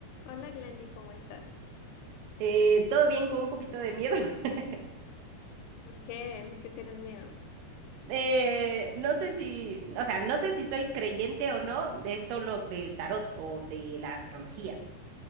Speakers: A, on the left; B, on the right.
A: Hola Glendy, ¿cómo estás?
B: Eh, todo bien con un poquito de miedo. <laughs>
A: ¿Por qué? ¿Por qué tienes miedo?
B: Eh, no sé si, o sea, no sé si soy creyente o no de esto lo del tarot o de la astrología.